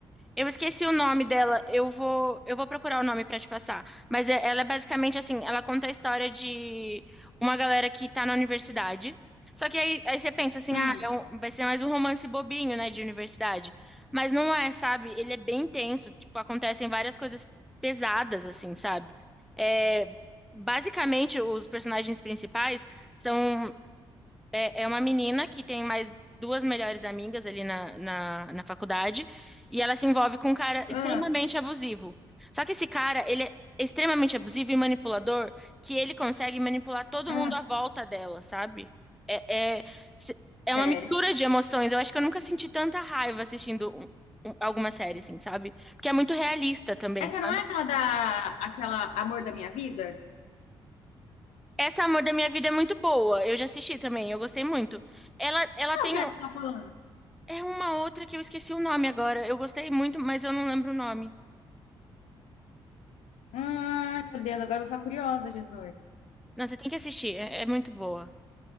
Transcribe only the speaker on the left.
Hum,
ah,
ah.
Sério?
Essa
não é aquela da... Aquela Amor da Minha Vida?
Qual
que é
essa que você tá falando?
Ai, meu Deus, agora eu vou ficar curiosa, Jesus.